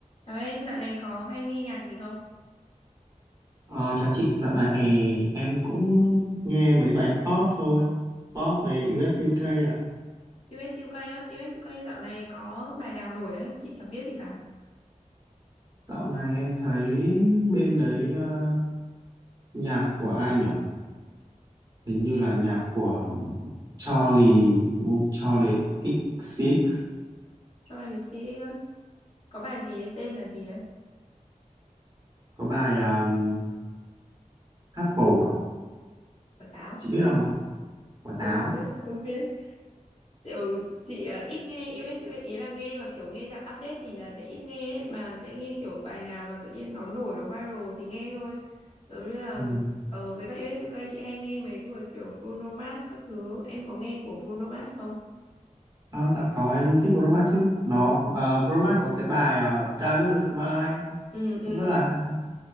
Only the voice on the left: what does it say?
Chào em, dạo này có hay nghe nhạc gì không?
US UK á, US UK dạo này có bài nào nổi đấy, chị chẳng biết gì cả.
Charlie CX á, có bài gì ấy, tên là gì đấy?
Quả táo.
Không
biết, không biết. Kiểu chị ờ, ít nghe US UK, ý là nghe mà kiểu nghe dạng update thì là sẽ ít nghe ấy, mà sẽ nghe kiểu bài nào mà tự nhiên nó nổi, nó viral thì nghe thôi. Giống như là
ờ, với cả US UK chị hay nghe mấy người kiểu Bruno Mars các thứ, em có nghe của Bruno Mars không?
Ừ ừ.